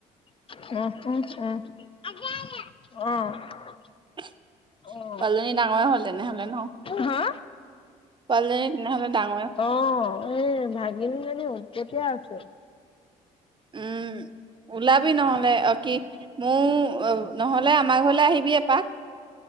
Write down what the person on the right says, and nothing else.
পোৱালজনী
ডাঙৰে হ'ল তেনেহলে ন।
পুৱালিজনি তেনেহ'লে ডাঙ
উম ওলাবি নহলে অ-কি মোৰ আ-নহলে আমাৰ ঘৰলে আহিবি এপাক।